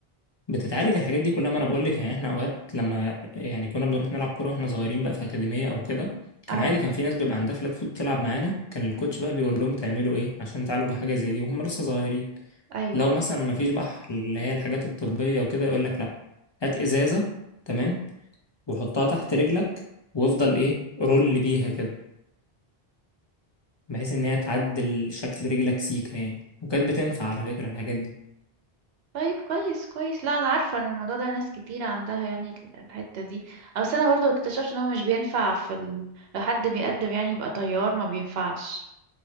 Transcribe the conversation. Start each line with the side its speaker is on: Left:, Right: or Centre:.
Left: بتتعالج الحاجات دي كلها ما أنا بقولك يعني إحنا أوقات لما يعني كنا بنروح نلعب كورة وإحنا صغيرين بقى في أكاديمية أو كده كان
Right: اه
Left: عادي كان في ناس بيبقى عندها فلات فوت تلعب معانا كان الكوتش
Right: أمم،
Left: بقى بيقول لهم تعملوا إيه عشان تعالجوا حاجة زي دي وهم لسه صغيرين
Right: ايوه
Left: لو مثلا ما فيش بقى اللي هي الحاجات الطبية وكده يقول لك لأ هات إزازة تمام وحطها تحت رجلك وافضل إيه رول بيها كده بحيث ان هي تعدل شكل رجلك سيكة يعني وكانت بتنفع على فكرة الحاجات دي
Right: طيب كويس كويس لا انا عارفه ان الموضوع ده ناس كتير عندها يعني ال- الحته دي أو بس انا برضو اكتشفت ان هو مش بينفع في ال... لو حد بيقدم يعني يبقى طيار ما بينفعش